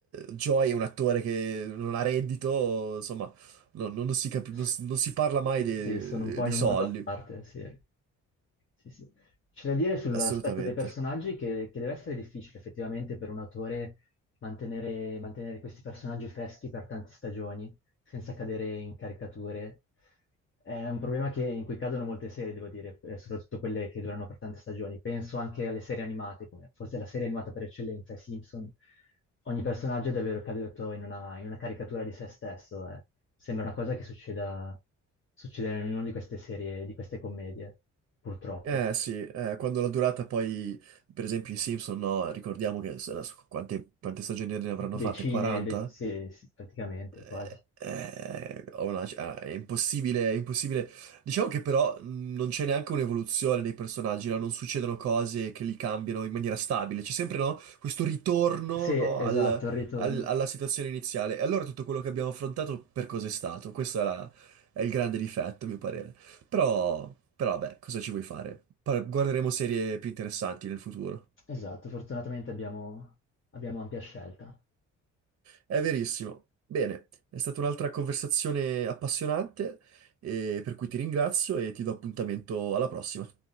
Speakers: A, on the right; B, on the left.
A: Joy è un attore che non ha reddito, insomma, No, non, non si capi-
B: S-
A: non, si non si parla mai de-
B: Sì, sono un po'
A: di
B: in
A: soldi,
B: un mondo a parte, sì. Sì, sì. C'è da dire sull'aspetto
A: assolutamente.
B: dei personaggi che, che deve essere difficile effettivamente per un autore mantenere, mantenere questi personaggi freschi per tante stagioni. senza cadere in caricature. È un problema che in cui cadono molte serie, devo dire, eh, soprattutto quelle che durano per tante stagioni. Penso anche alle serie animate, come forse la serie animata per eccellenza, i Simpson. Ogni personaggio è davvero caduto in una, in una caricatura di se stesso. eh. Sembra una cosa che succeda, succeda in una di queste serie, di queste commedie, purtroppo.
A: Eh sì, eh, quando la durata poi, per esempio i Simpson, no, ricordiamo che adesso quante, quante stagioni ne avranno
B: Decine,
A: fatte? 40?
B: de- sì, sì, praticamente,
A: Eh,
B: quasi.
A: eh, ho una- ah, è impossibile, è impossibile. Diciamo che però mh, non c'è neanche un'evoluzione dei personaggi, no? Non succedono cose che li cambiano in maniera stabile. C'è sempre, no? Questo ritorno,
B: Sì,
A: no?
B: esatto,
A: al-
B: il ritorno.
A: al- alla situazione iniziale. E allora tutto quello che abbiamo affrontato per cosa è stato? Questo è, la- è il grande difetto, a mio parere. Però, però, vabbè, cosa ci vuoi fare? Par- guarderemo serie più interessanti nel futuro.
B: Esatto, fortunatamente abbiamo abbiamo ampia scelta.
A: È verissimo. Bene, è stata un'altra conversazione appassionante, eh, per cui ti ringrazio e ti do appuntamento alla prossima.